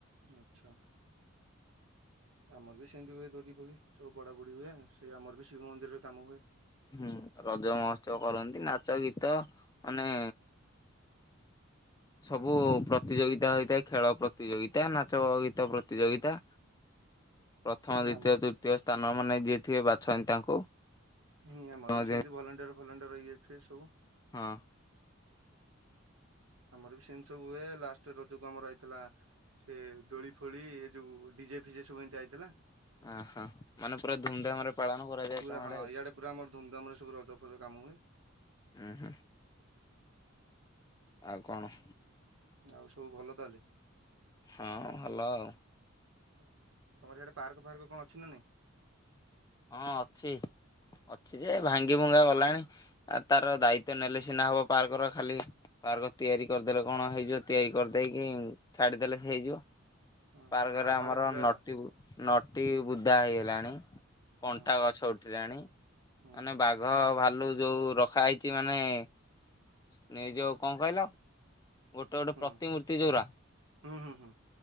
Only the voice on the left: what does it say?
ହୁଁ ରଜ ମହୋତ୍ସବ କରନ୍ତି ନାଚ ଗୀତ ମାନେ ସବୁ ପ୍ରତିଯୋଗିତା ହେଇଥାଏ ଖେଳ ପ୍ରତିଯୋଗିତା ନାଚ ଗୀତ ପ୍ରତିଯୋଗିତା ପ୍ରଥମ ଦ୍ଵିତୀୟ
ତୃତୀୟ ସ୍ଥାନ ମାନେ ଯିଏ ଥିବେ ବାଛନ୍ତି ତାଙ୍କୁ।
ମଧ୍ୟ
ହଁ।
ଅଁ ହଁ ମାନେ ପୁରା ଧୁମଧାମରେ ପାଳନ କରାଯାଏ।
ତମ
ଆଡେ
ଉଁ ହୁଁ। ଆଉ କଣ?
ହଁ ଭଲ ଆଉ।
ହଁ ଅଛି ଅଛି ଯେ ଭାଙ୍ଗି ଭୁଙ୍ଗା ଗଲାଣି। ଆ ତାର ଦାୟିତ୍ଵ ନେଲେ ସିନା ହବ ପାର୍କର ଖାଲି ପାର୍କ ତିଆରି କରିଦେଲେ କଣ ହେଇଯିବ ତିଆରି କରିଦେଇକି ଛାଡିଦେଲେ ସେ ହେଇଯିବ।
ପାର୍କରେ
ଆମର
ନଟି ନଟି ବୁଦା ହେଇଗଲାଣି। କଣ୍ଟା
ଗଛ ଉଠିଲାଣି ମାନେ
ବାଘ ଭାଲୁ ଯୋଉ ର ଖା ହେଇକି ମାନେ ନି ଯୋଉ କଣ କହିଲ? ଗୋଟେ ଗୋଟେ
ପ୍ରତିମୂର୍ତ୍ତି ଯୋଉରା